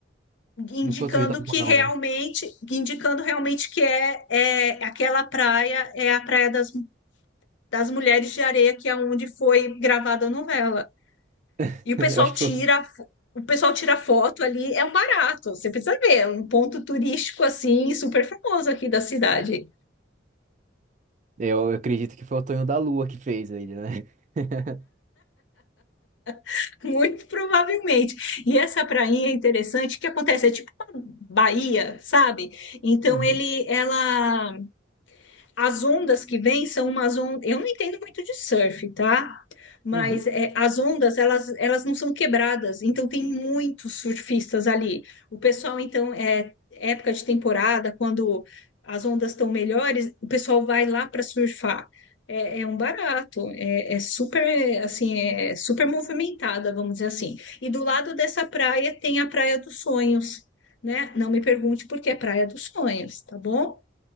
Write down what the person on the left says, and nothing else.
indicando
que
realmente,
indicando realmente que é, é aquela praia, é a praia das, das mulheres de areia, que é onde foi gravada a novela.
E o
pessoal
tira,
fo- o pessoal tira foto ali, é um barato, você precisa ver, é um ponto turístico assim, super famoso aqui da cidade,
<laughs> muito provavelmente. E essa prainha é interessante, o que acontece? É tipo uma baía, sabe? Então
ele, ela as ondas que vêm são umas ondas. Eu não entendo muito de surf, tá? Mas
é, as ondas, elas, elas não são quebradas, então tem muitos surfistas ali. O pessoal, então, é época de temporada, quando as ondas estão melhores, o pessoal vai lá para surfar. É, é um barato, é, é super, assim, é super movimentada, vamos dizer assim. E do lado dessa praia tem a Praia dos Sonhos, né? Não me pergunte por que é Praia dos Sonhos, tá bom?